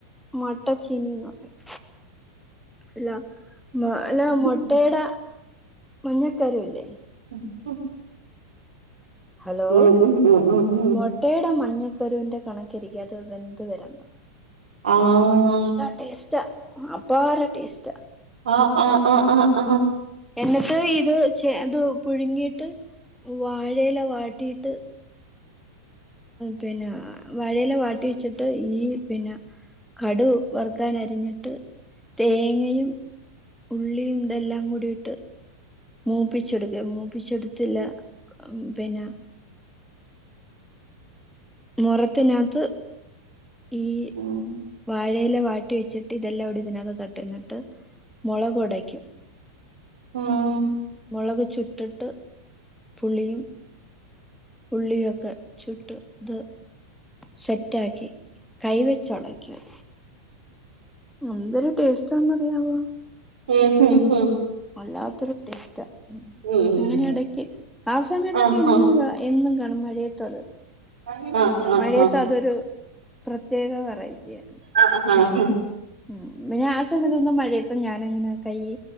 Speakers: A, in the centre; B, on the right.
A: മട്ട ചീനീന്ന് പറയും അല്ല മാ അല്ലാ
B: ഉം
A: മൊട്ടേടെ മഞ്ഞക്കരുവല്ലേ
B: <unintelligible>
A: ഹലോ
B: ഉം ഉം ഉം ഉം
A: മൊട്ടേടെ മഞ്ഞക്കരുവിന്റെ കണക്കിരിക്കത്‌ വെന്ത് വെരാ
B: ആഹ്
A: ടേസ്റ്റാ അപാര ടേസ്റ്റാ
B: ആഹ് ആഹ് ആഹ് ആഹ് ആഹ്
A: എന്നിട്ട് ഇത് ച അത് പുഴുങ്ങിയിട്ട് വാഴയില വാട്ടിയിട്ട് പിന്നെ വഴയില വാട്ടി വെച്ചിട്ട് ഈ പിന്ന കടു വറുക്കാൻ അരിഞ്ഞിട്ട് തേങ്ങയും ഉള്ളിയും ഇതെല്ലാം കൂടിയിട്ട് മൂപ്പിച്ചെടുക്ക മൂപ്പിച്ചെടുത്തില്ല പിന്ന മുറത്തിനകത്ത് ഈ
B: ഉം
A: വാഴയില വാട്ടി വെച്ചിട്ട് ഇതെല്ലാം കൂടി ഇതിനകത്ത് തട്ടുന്നിട്ട് മുളകുടയ്ക്കും
B: ഉം
A: മുളക് ചുട്ടിട്ട് പുളിയും ഉള്ളിയൊക്കെ ചുട്ട് ഇത് സെറ്റാക്കി കൈവച്ചൊടക്കും എന്തൊരു ടേസ്റ്റന്നറിയാവോ
B: ഉം ഉം ഉം
A: വല്ലാത്തൊരു ടെസ്റ്റ
B: ഉം
A: അങ്ങനെയെടക്ക് ആ സമയത്തൊക്കെ
B: ആഹ്
A: എന്നും എന്നും കാണും മഴയത്തത്
B: ആഹ് ആഹ് ആഹ്
A: മഴയത്ത്
B: ആഹ്
A: അതൊരു പ്രത്യേക വെറൈറ്റി ആയിരുന്നു
B: ആഹ് ഹ ഹാ
A: ഉം പിന്നെ ആ സമത്തന്നും മഴയതും ഞാനങ്ങനെ കയ്